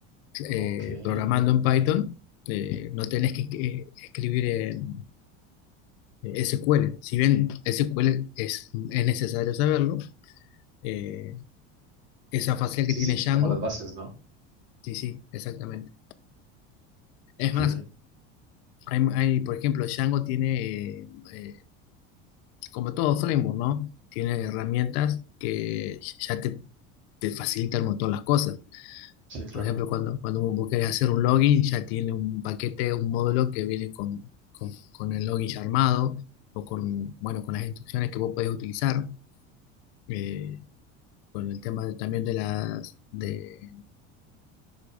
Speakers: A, on the right; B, on the left.
A: Ok.
B: eh,
A: Sí,
B: programando en Python, eh, no tenés que eh, escribir en SQL. Si bien SQL es, es necesario saberlo, eh, esa facial
A: sí,
B: que tiene Django.
A: como las bases, ¿no?
B: Sí, sí, exactamente. Es
A: Ok,
B: más, hay, hay, por ejemplo, Django tiene, eh, eh, como todo framework, ¿no? Tiene herramientas que ya te, te facilitan un montón las cosas.
A: sí, claro.
B: Por ejemplo, cuando, cuando vos querés hacer un login, ya tiene un paquete, un módulo que viene con, con, con el login ya armado o con, bueno, con las instrucciones que vos podés utilizar. eh, con el tema de- también de las, de,